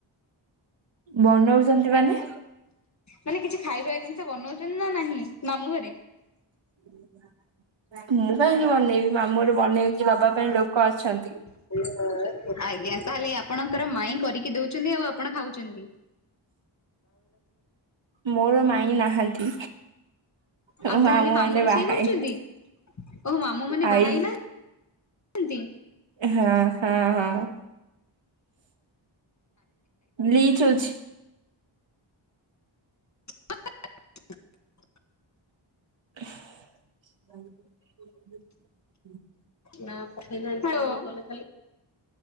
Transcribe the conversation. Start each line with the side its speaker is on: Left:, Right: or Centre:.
Right: ବନଉଚନ୍ତି ମାନେ
Left: ମାନେ କିଛି ଖାଇବା ଜିନିଷ ବନଉଛନ୍ତି ନା ନାହିଁ ମାମୁଁ ଘରେ।
Right: <inaudible> ମୁଁ କାହିଁକି ବନେଇବି ମାମୁଁ ଘର ବନେଇକି ଦବା ପାଇଁ ଲୋକ ଅଛନ୍ତି।
Left: <inaudible> ଆଜ୍ଞା। ତାହେଲେ ଆପଣଙ୍କର ମାଇଁ କରିକି ଦଉଛନ୍ତି ଆଉ ଆପଣ ଖାଉଛନ୍ତି।
Right: ମୋର ମାଇଁ ନାହାନ୍ତି। ମୋ
Left: ଆଉ ତାହେଲେ
Right: ମାମୁଁ ମାନେ
Left: ରୋଷେଇ
Right: ବାହା
Left: କରୁଛନ୍ତି
Right: ହେଇ
Left: ଓହୋ ମାମୁଁ ମାନେ
Right: <inaudible> ଆାଇ।
Left: ବାହା ହେଇ ନାହାନ୍ତି?
Right: ହଁ ହଁ ହଁ। ଲିଚ ଅଛି।
Left: <inaudible>
Right: <inaudible>
Left: ନା ପଠେଇନାହାନ୍ତି କଲେ